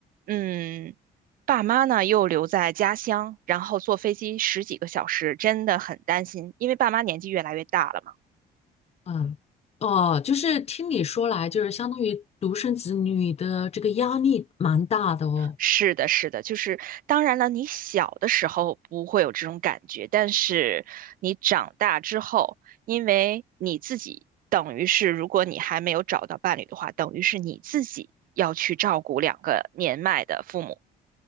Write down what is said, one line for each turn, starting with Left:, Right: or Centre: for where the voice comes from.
Right: 嗯。爸妈呢又留在家乡，然后坐飞机十几个小时，真的很担心，因为爸妈年纪越来越大了嘛。
Left: 嗯，哦，就是听你说来，就是相当于独生子女的这个压力蛮大的哦。
Right: 是的，是的，就是当然了，你小的时候不会有这种感觉，但是你长大之后，因为你自己等于是，如果你还没有找到伴侣的话，等于是你自己要去照顾两个年迈的父母，